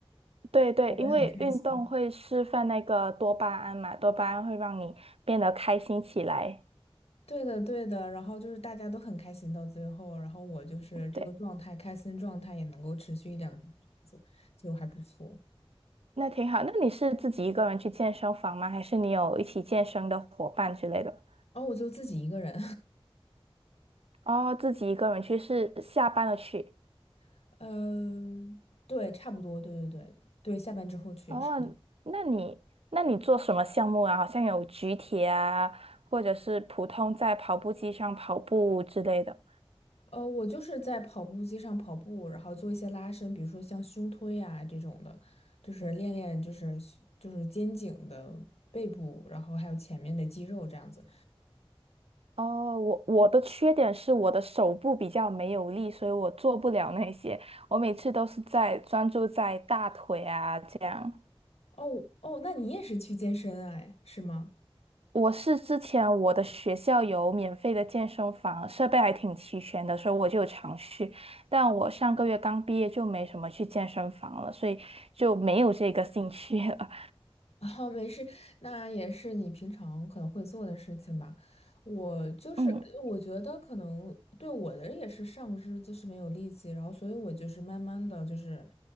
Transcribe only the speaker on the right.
对对，因为运动会释放那个多巴胺嘛，
多巴胺会让你变得开心起来。
对，
那挺好。那你是自己一个人去健身房吗？还是你有一起健身的伙伴之类的？
哦，自己一个人去是下班了去。
哦，那你那你做什么项目啊？好像有举铁啊，或者是普通在跑步机上跑步之类的。
哦，我我的缺点是我的手部比较没有力，所以我做不了那些。我每次都是在专注在大腿啊这样。
我是之前我的学校有免费的健身房，设备还挺齐全的，所以我就有常去。但我上个月刚毕业就没什么去健身房了，所以就没有这个兴趣了。
<laughs> 嗯，